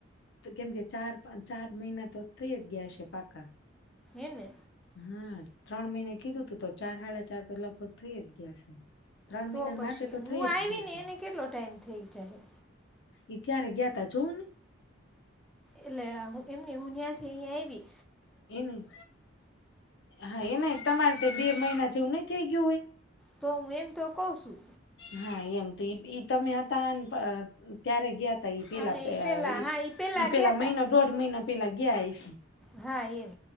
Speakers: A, on the left; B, in the centre.
A: કેમ કે ચાર પાંચ ચાર મહિના તો થઈ જ ગયા છે પાકા
B: એને
A: હા ત્રણ મહિને કીધું તું તો ચાર હાડા ચાર તો લગભગ થઈ જ ગયા છે ત્રણ
B: તો
A: મહિનાને
B: પછી
A: માથે તો થઈ
B: હું
A: જ
B: આયવી
A: ગયું
B: ને એને કેટલો ટાઈમ થઈ જાય
A: એ ત્યારે ગયાતા જોઉં ને
B: એટલે એમની હું ત્યાંથી અહિયાં એવી
A: એ નહ હા એ ન તમારે તે બે મહિના જેવું નહ થઇ ગયુ હોય
B: તો હું એમ તો કઉ છું
A: હા એમ તો ઈ તમે હતા ત્યારે ગયા એ પહેલા
B: અને એ પહેલાં હા એ પહેલાં
A: ઇ પહેલા
B: ગયા હતા
A: મહિના દોઢ મહિના પેલા લગ્યા આ એ છે <inaudible>
B: હા એમ